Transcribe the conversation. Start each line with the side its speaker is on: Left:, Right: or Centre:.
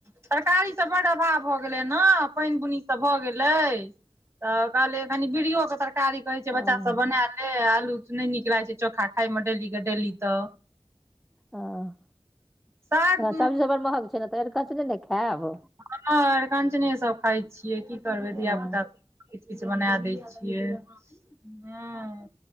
Right: सरकारी से बड अभाव भऽ गेलै ने पानि बुनी सभ भऽ गेलै लै तऽ कहलियै कनि बिरियो के तरकारी कहै छै
Centre: हँ
Right: बच्चा सभ बना ले आलू नहि नीक लागै छै चोखा खाई मे डेली के डेली तऽ
Centre: हँ
Right: साग
Centre: त सब्जी सभ बड़ महग छै ने तऽ ऐरकंचने ने खायब।
Right: हँ नै अरकञ्चने सभ खाई छियै कि करबै
Centre: हँ,
Right: धिय पुता सभ किछु बना दै छियै हॅं।